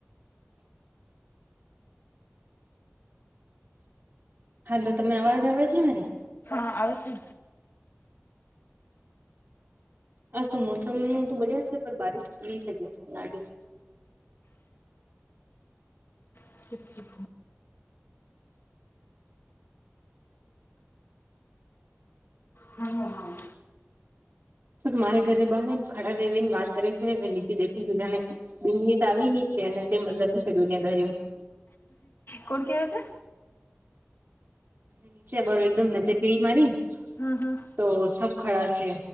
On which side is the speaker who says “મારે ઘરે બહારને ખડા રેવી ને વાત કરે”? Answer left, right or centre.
Right